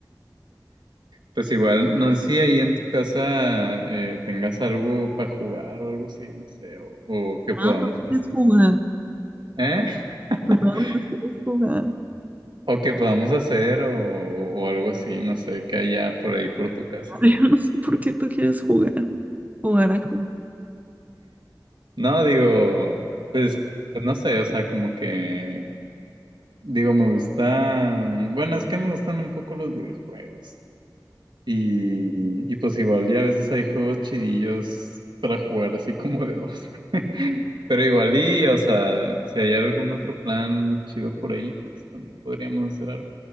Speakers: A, on the right; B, on the right.
A: Pues igual, no sé si ahí en tu casa eh, tengas algo para jugar o algo así, no sé, o, o que
B: Ah,
A: podamos,
B: no quieres jugar.
A: ¿eh? <laughs>
B: Perdón, no quieres jugar.
A: O que podamos hacer o, o algo así, no sé, que haya por ahí por tu casa.
B: <laughs> Yo no sé por qué tú quieres jugar. Jugar a qué.
A: No, digo, pues, pues no sé, o sea, como que, digo, me gustan, bueno, es que me gustan un poco los videojuegos. Y, y pues igual, y a veces hay juegos chidillos para jugar así como de dos. <laughs> Pero igual, y, o sea, si hay algún otro plan chido por ahí, pues también podríamos hacer algo.